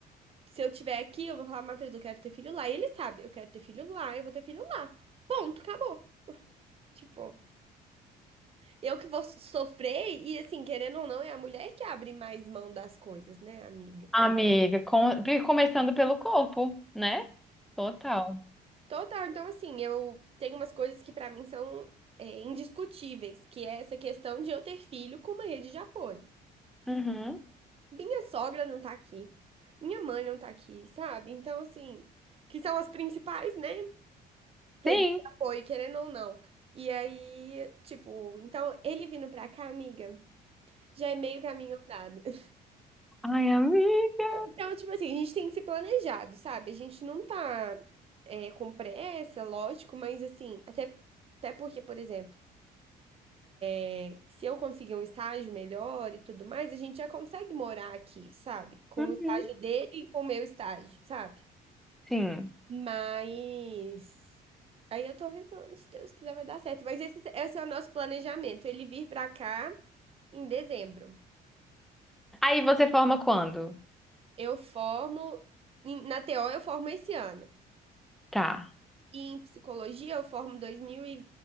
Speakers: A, on the right; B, in the centre.
A: Se eu tiver aqui, eu vou falar, Matheus, eu quero ter filho lá. E ele sabe, eu quero ter filho lá, eu vou ter filho lá. Ponto, acabou. Tipo, eu que vou so- sofrer e, assim, querendo ou não, é a mulher que abre mais mão das coisas, né, amiga?
B: Amiga, com- começando pelo corpo, né? Total.
A: Total, então, assim, eu tenho umas coisas que pra mim são é, indiscutíveis, que é essa questão de eu ter filho com uma rede de apoio.
B: Uhum,
A: Minha sogra não tá aqui, minha mãe não tá aqui, sabe? Então, assim, que são as principais, né? Rede
B: Sim.
A: de apoio, querendo ou não. E aí, tipo, então ele vindo pra cá, amiga, já é meio caminho andado. <laughs>
B: Ai, amiga.
A: Então, tipo assim, a gente tem que ser planejado, sabe? A gente não tá é, com pressa, lógico, mas assim, até, até porque, por exemplo, é, se eu conseguir um estágio melhor e tudo mais, a gente já consegue morar aqui, sabe? Com
B: uhum.
A: o estágio dele e com o meu estágio, sabe?
B: Sim.
A: Mas aí eu tô rezando, se Deus quiser vai dar certo. Mas esse, esse é o nosso planejamento, ele vir pra cá em dezembro.
B: Aí você forma quando?
A: Eu formo em- na TO eu formo esse ano.
B: Tá,
A: E em psicologia eu formo dois mil e e